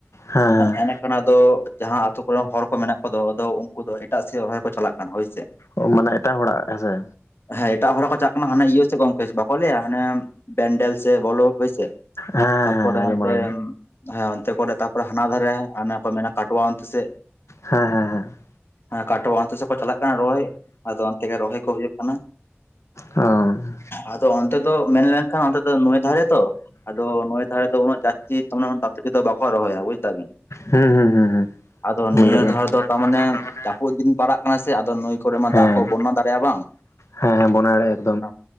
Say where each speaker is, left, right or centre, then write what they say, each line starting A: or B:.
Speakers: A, on the left; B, on the left.
A: ᱦᱮᱸ
B: ᱮᱸᱜ ᱠᱟᱱᱟ ᱫᱚ ᱡᱟᱦᱟᱸ ᱟᱛᱩ ᱠᱚᱨᱮᱱ ᱦᱚᱲ ᱠᱚ ᱢᱮᱱᱟᱜ ᱠᱚᱫᱚ, ᱚᱫᱚ ᱩᱱᱠᱩ ᱫᱚ ᱮᱴᱟᱜ ᱥᱮᱜ ᱨᱚᱦᱚᱭ ᱠᱚ ᱪᱟᱞᱟᱜ ᱠᱟᱱᱟ ᱦᱳᱭ ᱥᱮ᱾
A: ᱚ ᱢᱟᱱᱮ ᱮᱴᱟᱜ ᱦᱚᱲᱟᱜ ᱦᱮ-ᱥᱮ᱾
B: ᱦᱮᱸ ᱮᱴᱟᱜ ᱦᱚᱲᱚ ᱠᱚ ᱪᱟᱜ ᱠᱟᱱᱟ ᱦᱟᱱᱮ ᱤᱭᱟᱹ ᱥᱮ ᱜᱚᱴᱠᱮ ᱵᱟᱠᱚ ᱞᱟᱹᱭᱟ ᱦᱟᱱᱮ ᱵᱮᱱᱰᱮᱸᱞ ᱥᱮ ᱵᱚᱞᱳ, ᱦᱳᱭ ᱥᱮ᱾
A: ᱦᱮᱸ ᱦᱮᱸ
B: ᱛᱟᱨ ᱯᱚᱨᱮ
A: ᱟᱸᱡᱚᱢ
B: ᱦᱟᱱᱛᱮᱢ
A: ᱵᱟᱲᱟ
B: ᱦᱮᱸ ᱚᱱᱛᱮ ᱠᱚᱨᱮ ᱛᱟᱯᱚᱨᱮ ᱦᱟᱱᱟ ᱫᱷᱟᱨᱮ, ᱦᱟᱱᱮ ᱠᱚ ᱢᱮᱱᱟ ᱠᱟᱴᱳᱣᱟ ᱚᱱᱛᱮ ᱥᱮᱫ᱾
A: ᱦᱮᱸ ᱦᱮᱸ ᱦᱮᱸ᱾
B: ᱦᱮᱸ ᱠᱟᱴᱚᱭᱥ ᱚᱱᱛᱮ ᱥᱮᱫ ᱠᱚ ᱪᱟᱞᱟᱜ ᱠᱟᱱᱟ ᱨᱚᱦᱚᱭ, ᱟᱫᱚ ᱚᱱᱛᱮ ᱜᱮ ᱨᱚᱦᱚᱭ ᱠᱚ ᱦᱩᱭᱩᱜ ᱠᱟᱱᱟ᱾
A: ᱚᱸ᱾
B: ᱟᱫᱚ ᱚᱱᱛᱮ ᱫᱚ ᱢᱮᱱᱞᱮᱱᱠᱷᱟᱱ ᱚᱱᱛᱮ ᱫᱚ ᱱᱳᱭ ᱫᱷᱟᱨᱮ ᱛᱚ᱾ ᱟᱫᱚ ᱱᱳᱭ ᱫᱷᱟᱨᱮ ᱫᱚ ᱩᱱᱟᱹᱜ ᱡᱟᱥᱛᱤ ᱛᱚᱢᱟᱱᱮ ᱩᱱᱟᱹᱜ ᱢᱟᱛᱠᱤ ᱫᱚ ᱵᱟᱠᱚ ᱨᱚᱚᱦᱭᱟ ᱵᱩᱡᱫᱟᱵᱤᱱ?
A: ᱦᱩᱸ ᱦᱩᱸ ᱦᱩᱸ ᱦᱩᱸ᱾
B: ᱟᱫᱚ
A: ᱵᱩᱡ
B: ᱱᱤᱭᱟᱹ
A: ᱫᱟᱲᱮᱭᱟᱜ
B: ᱫᱷᱟᱳ ᱫᱚ ᱛᱟᱨ ᱢᱟᱱᱮ
A: ᱠᱟᱱᱟ
B: ᱡᱟᱯᱩᱫ ᱫᱤᱱ ᱯᱟᱲᱟᱜ ᱠᱟᱱᱟ ᱥᱮ ᱟᱫᱚ ᱱᱟᱹᱭ ᱠᱚᱨᱮ ᱢᱟ
A: ᱦᱮᱸ
B: ᱫᱟᱜ ᱠᱚ ᱵᱚᱱᱱᱟ ᱫᱟᱲᱮᱭᱟᱜᱼᱟ ᱵᱟᱝ᱾
A: ᱦᱮᱸ ᱦᱮᱸ ᱵᱳᱱᱱᱟ ᱫᱟᱲᱮᱜ-ᱟ᱾
B: ᱚᱱᱟ